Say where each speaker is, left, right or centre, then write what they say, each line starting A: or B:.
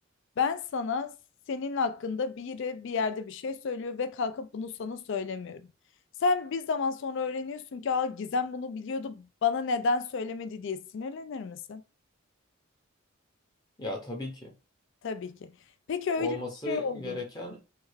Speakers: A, on the left; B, on the left.
A: Ben sana senin hakkında biri bir yerde bir şey söylüyor ve kalkıp bunu sana söylemiyorum. Sen bir zaman sonra öğreniyorsun ki Aa, Gizem bunu biliyordu bana neden söylemedi diye sinirlenir misin?
B: Ya tabii ki.
A: Tabii ki. Peki öyle
B: Olması
A: bir şey oldu.
B: gereken
A: mu?